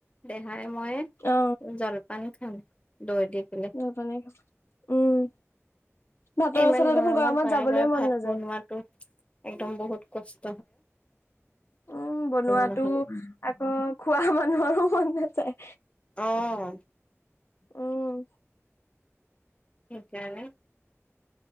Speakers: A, on the left (about 25°); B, on the left (about 60°).
A: দেহাই, মই
B: অ
A: জলপান খাম দৈ দি। পেলাই
B: নইপানিখ, উম। ভাতৰ
A: ইমান
B: ওচৰলৈ
A: গৰমত
B: দেখোন
A: বাৰে
B: যাবলে
A: বাৰে
B: মন
A: ভাত
B: নাযায়
A: বনোৱাটো, একদম বহুত কচ
B: উম। বনোৱাতোও
A: নহলে
B: আকৌ খোৱা মানুহ আৰু মন নাযায়।
A: অ'।
B: উম।
A: সিকাৰনে